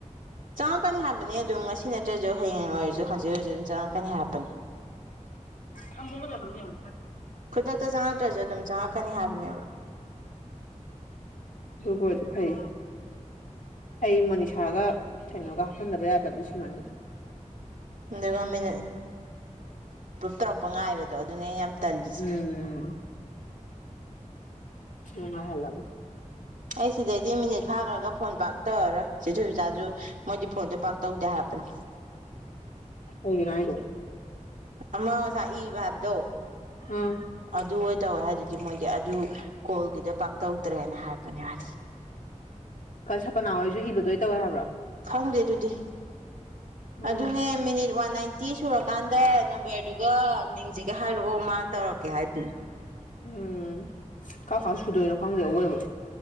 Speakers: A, on the right; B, on the left.
A: ꯆꯪꯉꯛꯀꯅꯤ ꯍꯥꯏꯕꯅꯤ ꯑꯗꯨꯝ ꯉꯁꯤ ꯅꯠꯇ꯭ꯔꯁꯨ ꯍꯌꯦꯡ ꯑꯣꯏꯔꯁꯨ ꯍꯧꯖꯤꯛ ꯑꯣꯏꯔꯁꯨ ꯑꯗꯨꯝ ꯆꯪꯉꯛꯀꯅꯤ ꯍꯥꯏꯄꯅꯤ
B: ꯊꯃꯕꯨ ꯆꯕꯨꯗꯤ ꯌꯥꯝ
A: ꯈꯨꯗꯛꯇ ꯆꯪꯉꯛꯇ꯭ꯔꯁꯨ ꯑꯗꯨꯝ ꯆꯪꯉꯛꯀꯅꯤ ꯍꯥꯏꯕꯅꯦꯕ
B: ꯗꯨꯕꯨꯗꯤ ꯐꯩ ꯑꯩ ꯃꯣꯅꯤꯁꯥꯒ ꯀꯩꯅꯣꯒ ꯍꯥꯞꯐꯟꯗꯕ ꯌꯥꯗꯕꯗꯤ ꯁꯤꯃꯅꯤ
A: ꯒ ꯃ ꯇꯧꯔꯛꯄ ꯉꯥꯏꯕꯗꯣ ꯑꯗꯨꯅꯦ ꯌꯥꯝ ꯇꯜꯂꯤꯁꯦ
B: ꯎꯝ ꯉꯥꯏ ꯍꯂꯒ
A: ꯑꯩ ꯁꯤꯗꯩꯗꯤ ꯃꯤꯅꯤꯠ ꯐꯥꯈ꯭ꯔꯒ ꯐꯣꯟ ꯄꯥꯛ ꯇꯧꯔꯔꯣꯏ ꯆꯤꯖꯨ ꯆ ꯆꯥꯁꯨ ꯃꯣꯏꯗꯤ ꯐꯣꯟꯗꯣ ꯄꯥꯛ ꯇꯧꯗꯦ ꯍꯥꯏꯞꯄꯅꯦ
B: ꯍꯒꯤ
A: ꯑꯃꯥꯡ ꯉꯁꯥꯏ ꯏꯕ ꯍꯥꯏꯕꯗꯣ
B: ꯑꯥ
A: ꯑꯗꯨ ꯑꯣꯏ ꯇꯧꯋꯦ ꯍꯥꯏꯗꯨꯗꯤ ꯃꯣꯏꯒꯤ ꯑꯗꯨ ꯀꯣꯜꯒꯤꯗ ꯄꯥꯛꯇꯧꯗ꯭ꯔꯦꯅ ꯍꯥꯏꯔꯛꯄꯅꯦ ꯍꯥꯏꯗꯤ
B: ꯑꯣ ꯁꯥꯄꯅꯥꯍꯣꯏꯁꯨ ꯏꯕꯗꯣꯏ ꯇꯧꯋꯦ ꯍꯥꯏꯕ꯭ꯔꯣ
A: ꯈꯪꯗꯦ ꯑꯗꯨꯗꯤ
B: ꯎꯝ
A: ꯑꯗꯨꯅꯦ ꯃꯤꯅꯤꯠ ꯋꯥꯟ ꯅꯥꯏꯟꯇꯤ ꯁꯨꯔꯀꯥꯟꯗ ꯅꯝꯕꯔꯗꯨꯒ ꯃꯤꯡꯁꯤꯒ ꯍꯥꯏꯔꯛꯑꯣ ꯃꯥ ꯇꯧꯔꯛꯀꯦ ꯍꯥꯏꯗꯨꯅꯤ
B: ꯎꯝ ꯀꯥ ꯀꯥ ꯁꯨꯗꯣꯏꯅꯣ ꯈꯪꯗꯦ ꯑꯩꯋꯣꯏꯕ